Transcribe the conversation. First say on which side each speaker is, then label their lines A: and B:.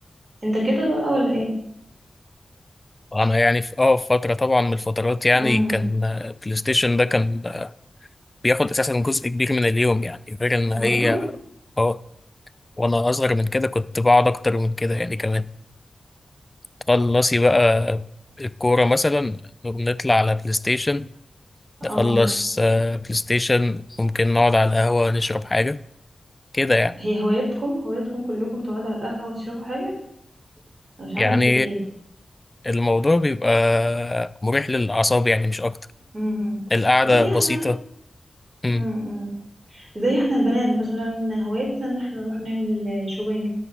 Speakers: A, on the right; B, on the left.
A: انت كده بقى ولا ايه
B: أنا يعني في اه في فترة طبعا من الفترات يعني
A: امم
B: كان آه، بلاي ستيشن ده كان آه، بياخد أساسا جزء كبير من اليوم يعني غير إن هي
A: برضو
B: اه وانا اصغر من كده كنت بقعد اكتر من كده يعني كمان تخلصي بقى الكوره مثلا نطلع على بلاي ستيشن نخلص
A: اه
B: آه، بلاي ستيشن ممكن نقعد على القهوه نشرب حاجه كده يعني
A: هي هوايتكم هوايتكم كلكم تقعدوا على القهوة وتشربوا حاجة انا مش
B: يعني
A: عارفة في ايه
B: الموضوع بيبقى مريح للاعصاب يعني مش اكتر
A: امم
B: القعده
A: زي
B: بسيطه
A: احنا
B: امم
A: امم زي احنا البنات مثلا هوايتنا ان احنا نروح نعمل شوبينج